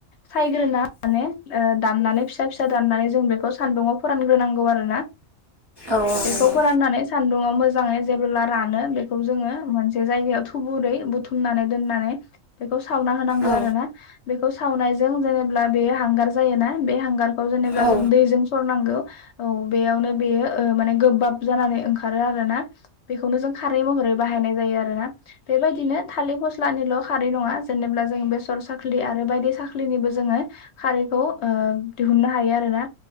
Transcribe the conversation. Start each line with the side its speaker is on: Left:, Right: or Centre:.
Left: सायग्रोना माने अ दाननानै फिसा फिसा दाननानै जों बेखौ सान्दुङाव फोरानग्रोनांगौ आरो ना
Right: औ
Left: बेखौ
Right: नंगौ
Left: फोराननानै सान्दुङाव मोजाङै जेबोब्ला रानो बेखौ जोङो मोनसे जायगायाव थुबुरै बुथुमनानै दोननानै बेखौस सावना होनांगौ
Right: औ
Left: आरो ना बेखौ सावनायजों जेनेब्ला बेयो हांगार जायोना बे हांगार खौ जेनेबा
Right: औ
Left: जों दैजों सरनांगौ औ बेयावनो बेयो माने गोबाब जानानै खारो आरोना बेखौनो जों खारै महरै बाहायनाय जायो आरोना बेबायदिनो थालिर फस्लानिल' खारै नङा जेनेबा जों बेसर साख्लि आरो बायदि साख्लिनिबो जोङो खारै खौ अ दिहोननो हायो आरोना